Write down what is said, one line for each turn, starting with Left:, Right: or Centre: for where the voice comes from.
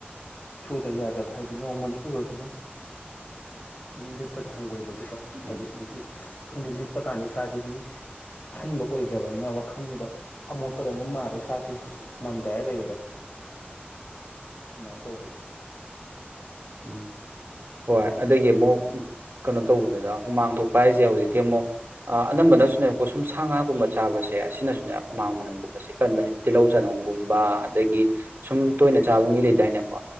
Left: ꯁꯨꯗꯕ ꯌꯥꯗꯕ ꯍꯥꯏꯗꯤ ꯅꯣꯡꯃ ꯂꯤꯠꯂꯨꯔꯁꯨ ꯑꯗꯨꯝ ꯑꯗꯨꯝ ꯂꯤꯠꯄꯗꯣ ꯍꯪꯒꯣꯏꯕ ꯕꯒꯤꯀꯣ ꯍꯥꯏꯗꯤ
Right: ꯎꯝ
Left: ꯍꯧꯖꯤꯛꯇꯤ ꯈꯪꯗꯦ ꯂꯤꯠ ꯄ ꯀꯥꯟꯗ ꯏꯁꯥꯁꯤ ꯑꯗꯨꯝ ꯑꯍꯟꯕ ꯑꯣꯏꯗ꯭ꯔꯕꯅꯤꯅ ꯋꯥꯈꯜꯁꯤꯗ ꯑꯃꯣꯠꯄꯗ ꯑꯗꯨꯝ ꯃꯥꯜꯂꯦ ꯏꯁꯥꯁꯤ ꯃꯟꯗꯥꯔ ꯂꯩꯕꯗꯣ ꯑꯗꯨꯃꯥꯏꯅ ꯇꯧꯕꯒꯤ
Right: ꯎꯝ ꯍꯣꯏ ꯑꯗꯒꯤ ꯑꯃꯨꯛ ꯀꯩꯅꯣ ꯇꯧꯕꯅꯤꯗ ꯍꯨꯃꯥꯡ ꯊꯣꯛꯄ ꯍꯥꯏꯁꯦ ꯍꯧꯖꯤꯛꯇꯤ ꯑꯃꯨꯛ ꯑꯅꯝꯕꯅꯁꯨꯅꯦꯕꯀꯣ ꯁꯨꯝ ꯁꯥ ꯉꯥꯒꯨꯝꯕ ꯆꯥꯕꯁꯦ ꯑꯁꯤꯅꯁꯨꯅꯦ ꯍꯨꯃꯥꯡ ꯃꯅꯝꯒꯨꯝꯕꯁꯦ ꯀꯟꯕꯅꯦ ꯇꯤꯜꯍꯧ ꯆꯅꯝꯒꯨꯝꯕ ꯑꯗꯒꯤ ꯁꯨꯝ ꯇꯣꯏꯅ ꯆꯥꯕ ꯃꯤ ꯂꯩꯗꯥꯏꯅꯦꯀꯣ